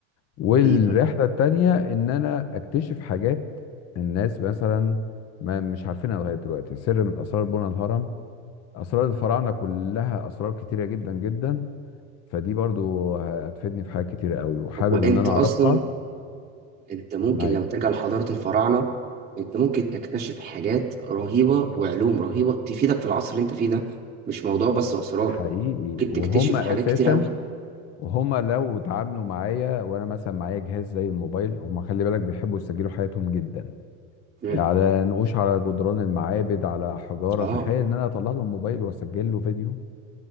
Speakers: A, on the left; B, on the right.
A: والرحلة
B: أكيد
A: التانية ان انا اكتشف حاجات الناس مثلا ما مش عارفينها لغاية دلوقتي سر من اسرار بنى الهرم اسرار الفراعنة كلها اسرار كتيرة جدا جدا فدي برضو هتفيدني في حاجات كتيرة قوي وحابب
B: هو أنت
A: ان انا اعرفها
B: أصلا أنت ممكن
A: معاك
B: لما ترجع لحضارة الفراعنة أنت ممكن تكتشف حاجات رهيبة وعلوم رهيبة تفيدك في العصر اللي أنت فيه ده مش موضوع بس أسرار
A: حقيقي
B: ممكن
A: وهم
B: تكتشف
A: اساسا
B: حاجات كتيرة قوي
A: وهم لو اتعاملوا معايا وانا مثلا معايا جهاز زي الموبايل هم خلي بالك بيحبوا يسجلوا حياتهم جدا
B: م.
A: على نقوش على جدران المعابد على حجاره
B: آه
A: تخيل ان انا اطلع له الموبايل واسجل له فيديو